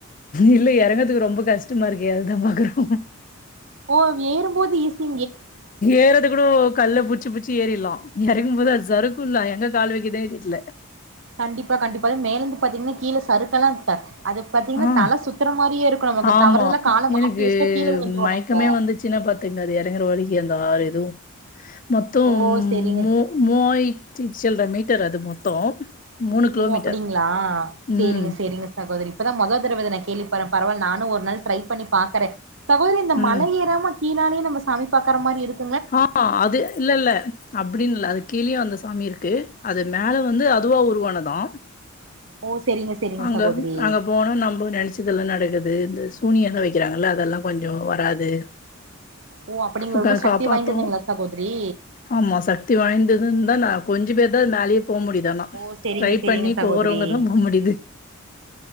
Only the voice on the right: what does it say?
ஓ ஏறும்போது ஈசி
கண்டிப்பா கண்டிப்பா மேலருந்து பாத்தீங்கன்னா கீழ சறுக்கெல்லா அந்த அது பாத்தீங்கன்னா
தல சுத்துற மாரியே இருக்கு நமக்கு
தவறுதலா கால மாத்தி
வச்சுட்டா கீழ விழுந்துருவோ
நம்ப
ஓ செரிங்க
ஓ அப்டிங்களா
சேரிங்க சேரிங்க சகோதரி இப்பதா மொத தடவ இத நா கேள்விப்பட்றே பரவால நானு ஒரு நாள் ட்ரை பண்ணி பாக்குறே சகோதரி இந்த
மலை ஏறாம கீழாலே நம்ப சாமி பா்க்கற மாரி இருக்
ஓ செரிங்க செரிங்க
சகோதரி
ஓ அப்டிங்களா
ரொம்ப சக்தி
வாய்ந்ததுங்களா சகோதரி
ஓ செரிங்க
செரிங்க
சகோதரி